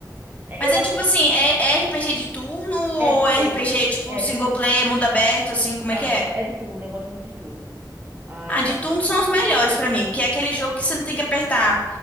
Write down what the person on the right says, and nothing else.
Eh,
Eu
acho.
É de
turno.
É
de.
Não,
é de turno. Eu gosto muito de turno. Ai.